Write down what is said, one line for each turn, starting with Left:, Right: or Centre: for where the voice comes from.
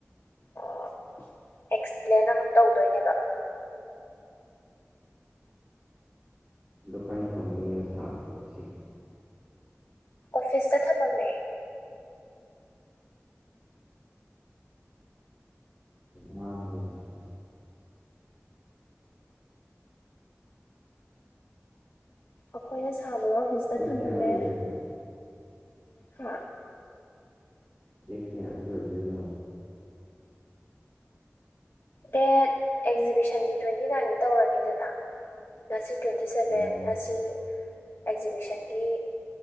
Left: ꯑꯥ ꯑꯦꯛꯁꯄ꯭ꯂꯦꯟ ꯑꯃꯨꯛ ꯇꯧꯗꯣꯏꯅꯦꯕ
Right: ꯗꯨ ꯀꯥꯏ ꯊꯝꯃꯒꯦ ꯂꯩꯔ ꯁꯥꯕꯗꯣ ꯑꯁꯤꯒꯤ
Left: ꯑꯣꯐꯤꯁꯇ ꯊꯝꯃꯝꯃꯦ
Right: ꯃꯥꯡꯗꯅꯀꯣ
Left: ꯑꯈꯣꯏꯅ ꯁꯥꯕꯗꯣ ꯑꯣꯐꯤꯁꯇ
Right: ꯗꯦꯠ
Left: ꯊꯝꯃꯝꯃꯦ
Right: ꯀꯌꯥ ꯂꯣꯏꯗꯣꯏꯅꯣ
Left: ꯍꯥ
Right: ꯗꯦꯠ ꯀꯌꯥꯗ ꯂꯣꯏꯗꯣꯏꯅꯣ
Left: ꯗꯦꯠ ꯑꯦꯛꯖꯤꯕꯤꯁꯟꯗꯤ ꯇ꯭ꯋꯦꯟꯇꯤ ꯅꯥꯏꯟꯗ ꯇꯧꯔꯅꯤꯗꯅ ꯉꯁꯤ ꯇ꯭ꯋꯦꯟꯇꯤ ꯁꯚꯦꯟ
Right: ꯎꯝ
Left: ꯉꯁꯤ ꯑꯦꯛꯖꯤꯕꯤꯁꯟꯒꯤ